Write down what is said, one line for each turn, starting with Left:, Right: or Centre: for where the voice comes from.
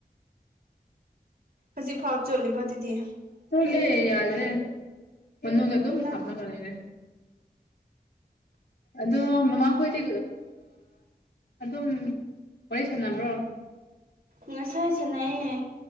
Right: ꯍꯧꯖꯤꯛꯐꯥꯎ ꯆꯣꯜꯂꯤꯕ ꯑꯗꯨꯗꯤ
Left: ꯁꯂꯦ ꯌꯥꯔꯦ ꯄꯨꯟꯅꯨꯒ ꯑꯗꯨꯝ
Right: ꯅꯪ
Left: ꯆꯝꯃ ꯀꯅꯦꯦ ꯑꯗꯣ ꯃꯃꯥꯈꯣꯏꯗꯤ ꯑꯗꯨꯝ ꯋꯥꯔꯤꯣꯔ ꯁꯥꯟꯅꯕ꯭ꯔꯣ
Right: ꯉꯁꯥꯏꯁꯤꯅꯌꯦ